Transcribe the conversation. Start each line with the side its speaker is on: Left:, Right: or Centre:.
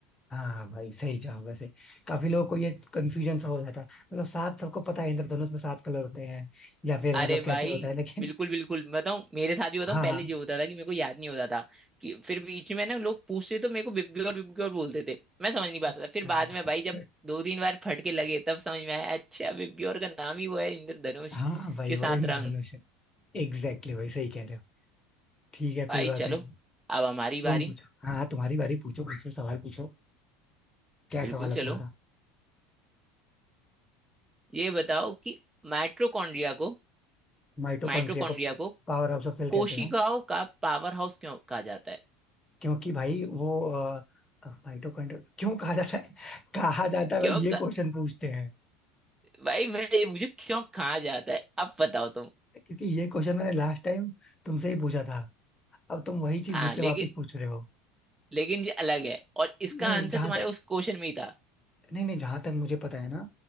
Left: हाँ हाँ, भाई सही जवाब वैसे काफी लोगों को ये कंफ्यूजन सा हो जाता है मतलब सात सबको पता है इंद्रधनुष में सात कलर होते हैं या फिर
Right: अरे
Left: मतलब
Right: भाई
Left: कैसे होता है लेकिन
Right: बिल्कुल बिल्कुल मैं बताऊं मेरे साथ भी बताऊं
Left: हाँ
Right: पहले
Left: हाँ
Right: ये होता था कि मेरे को याद नहीं होता था कि फिर बीच में ना लोग पूछते तो मेरे को विव ग्योर विव ग्योर बोलते थे मैं समझ नहीं पाता
Left: क्या
Right: था फिर बाद में
Left: था?
Right: भाई जब
Left: <laughs>
Right: दो तीन बार फटके लगे तब समझ में आया अच्छा विव ग्योर का नाम ही वो है इंद्रधनुष
Left: हाँ भाई
Right: के
Left: वो
Right: सात
Left: इंद्रधनुष
Right: रंग
Left: है एग्जैक्टली भाई सही कह रहे हो ठीक है
Right: भाई
Left: कोई बात
Right: चलो
Left: नहीं
Right: अब हमारी बारी
Left: तुम पूछो हाँ हाँ, तुम्हारी बारी पूछो मुझसे सवाल पूछो क्या
Right: बिल्कुल
Left: सवाल है
Right: चलो
Left: तुम्हारा
Right: ये बताओ कि माइटोकॉन्ड्रिया को
Left: माइटोकॉन्ड्रिया
Right: माइटोकॉन्ड्रिया
Left: को
Right: को
Left: पावर हाउस ऑफ सेल
Right: कोशिकाओं
Left: कहते हैं
Right: का पावर हाउस क्यों कहा जाता है
Left: क्योंकि भाई वो अ, अ, माइटोकॉन्ड्रिया क्यों कहा जाता है <laughs> कहा जाता है
Right: क्यों
Left: भाई ये
Right: कहा-
Left: क्वेश्चन पूछते हैं
Right: भाई मैं ये मुझे क्यों कहा जाता है अब बताओ तुम
Left: क्योंकि ये क्वेश्चन मैंने लास्ट टाइम तुमसे ही पूछा था अब तुम वही
Right: हाँ
Left: चीज मुझसे
Right: लेकिन
Left: वापस पूछ रहे हो
Right: लेकिन ये अलग है और इसका
Left: नहीं
Right: आंसर
Left: जहां
Right: तुम्हारे
Left: तक
Right: उस क्वेश्चन में ही था
Left: नहीं नहीं जहां तक मुझे पता है ना